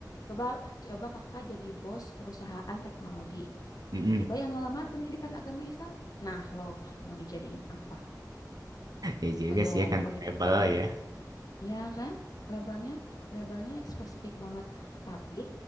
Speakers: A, on the left; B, on the right.
A: coba, coba Kakak jadi bos perusahaan teknologi.
B: Mm-mm.
A: Tiba-tiba yang ngelamar pendidikan agama Islam, nah loh mau dijadiin apa?
B: Ya juga
A: Ayo,
B: sih ya kan
A: mau ditempatin
B: label ya.
A: Ya kan? Labelnya, labelnya spesifik banget. Tapi